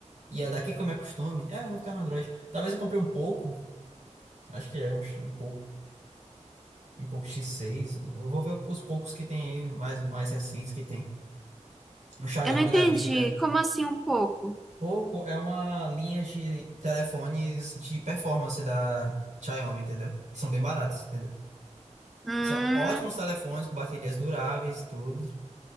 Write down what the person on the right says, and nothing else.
E é daqui que eu me acostume. É, eu vou ficar no Android. Talvez eu compre um pouco, acho que é um, X- um pouco, um pouco X6. Eu vou ver os poucos que tem aí, mais, mais recentes que tem. Um Xiaomi
da vida.
Poco é uma linha de telefones de performance da Xiaomi, entendeu? Que são bem baratos, entendeu?
São ótimos telefones com baterias duráveis e tudo.